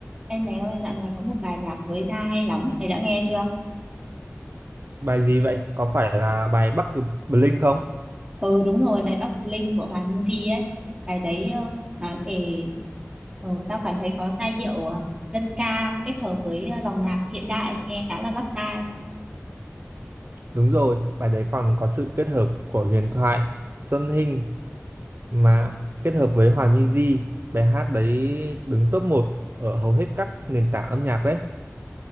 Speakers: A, on the right; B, on the right.
A: Em mẹ ơi, dạo này có một bài nhạc mới ra hay lắm, mày đã nghe chưa?
B: Bài gì vậy? Có phải là bài Bắc Cực Blink không?
A: Ừ đúng rồi, bài Bắc Linh của Hòa Minzy ấy. Bài đấy ờ, nói về ờ, tao cảm thấy có giai điệu ờ, dân ca kết hợp với ờ, dòng nhạc hiện đại nghe khá là bắt tai.
B: Đúng rồi, bài đấy còn có sự kết hợp của huyền thoại Xuân Hinh mà kết hợp với Hòa Minzy. Bài hát đấy đứng top một ở hầu hết các nền tảng âm nhạc đấy.